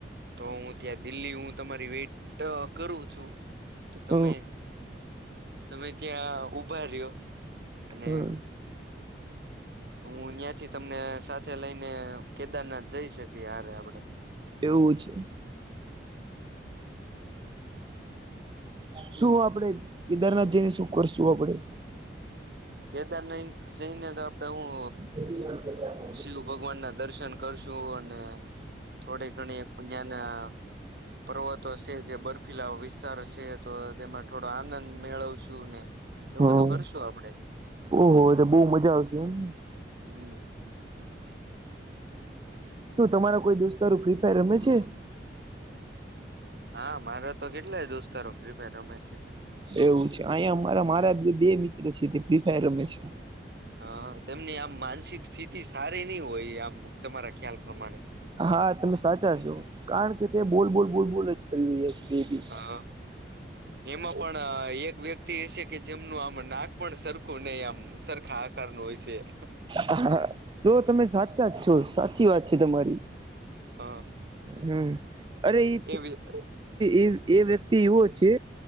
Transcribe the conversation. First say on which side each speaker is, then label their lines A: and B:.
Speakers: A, on the right; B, on the right.
A: તો હું ત્યાં દિલ્હી હું તમારી વેટ કરું છું. તો તમે
B: હ
A: તમે ત્યાં ઉભા રહ્યો. અને
B: હા.
A: હું અહીંયા થી તમને સાથે લઈને કેદારનાથ જઈ શકીએ હરે આપડે.
B: એવું છે. શું આપડે કેદારનાથ જઈને શું કરશું આપણે.
A: કેદાર નહી સિંહ ને તો આપડે હું
B: <inaudible>
A: શિવ ભગવાન ના દર્શન કરશું અને થોડી ઘણી અહીના પર્વતો છે કે બર્ફીલા વિસ્તારો છે તો તેમાં થોડો આનંદ મેળવશું ને એવું
B: હા
A: બધું કરશું આપડે
B: ઓહો તો બહું મજા આવશે એમને
A: હમ.
B: શું તમારા કોઈ દોસ્તારું ફ્રી ફાયર રમે છે.
A: હા મારા તો કેટલાય દોસ્તારો ફ્રી ફાયર રમે છે.
B: એવું છે અહીયા અરા મારા બે મિત્ર છે તે ફ્રી ફાયર રમે છે.
A: હ તેમની આમ માનસિક સ્થિતિ સારી નહી હોય આમ તમારા ખ્યાલ પ્રમાણે.
B: હા તમે સાચા છો કારણ કે તે બોલ બોલ બોલ બોલ જ
A: હા એમાં પણ
B: <inaudible>
A: એક વ્યક્તિ એ છે કે જેમનું આમ નાક પણ સર કોને આમ સરખા આકારનો હશે છે.
B: હા. જો તમે સાચા જ છો સાચી વાત છે તમારી
A: હ
B: હમ. અરે એ
A: એવી હ
B: એ એ વ્યક્તિ એવો છે.